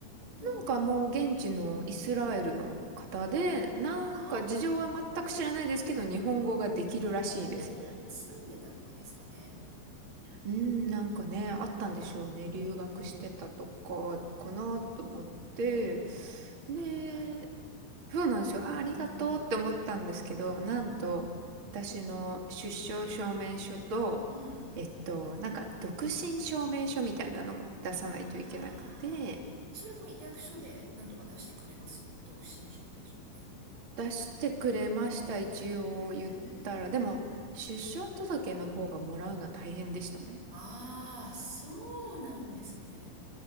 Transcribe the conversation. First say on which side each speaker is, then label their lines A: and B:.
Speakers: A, on the right; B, on the right.
A: うん。
B: なんかもう現地のイスラエルの方で、なんか事情は全く知らないですけど、
A: ああ。
B: 日本語ができるらしいです。
A: ほうほうほう。まあ住んでたとかですかね。
B: うん、なんかね、あったんでしょうね。
A: は
B: 留学してたとか、
A: い。へ
B: かなと思って。
A: え。ほうほうほうほう。
B: で、
A: ありがたい。
B: そうなんですよ。あ、ありがとうって思ったんですけど、
A: うん。うんうん。
B: なんと、私の出生証明書と、
A: うんうん。
B: えっと、なんか独身証明書みたいなのも出さないといけなくて、
A: ああ。それも役所でなんとか出してくれます独身証明書って。
B: 出してくれました、
A: へえ。
B: 一応言ったら。でも、出生届の方がもらうのは大変でしたね。
A: ああ、そうなんですね。